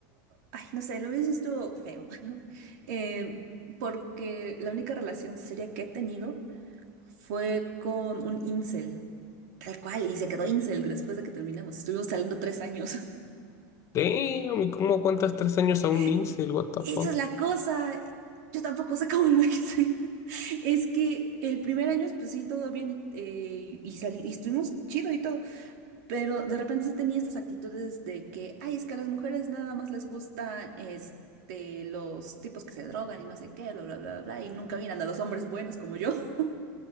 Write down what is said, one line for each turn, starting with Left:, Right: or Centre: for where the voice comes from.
Right: ay, no sé, lo hubiese visto feo, <laughs> ¿no? eh, porque la única relación seria que he tenido fue con un incel, tal cual, y se quedó incel después de que terminamos, estuvimos saliendo tres años.
Left: Damn, ¿y cómo aguantas tres años
Right: <laughs>
Left: a un incel? What the
Right: Esa
Left: fuck?
Right: es la cosa. Yo tampoco sé cómo lo hice. <laughs> Es que el primer año, pues sí, todo bien y, eh, y sali- y estuvimos chido y todo. Pero de repente sí tenía estas actitudes de que, ay, es que a las mujeres nada más les gusta este, los tipos que se drogan y no sé qué, bla, bla, bla, bla, bla, y nunca miran a los hombres buenos como yo.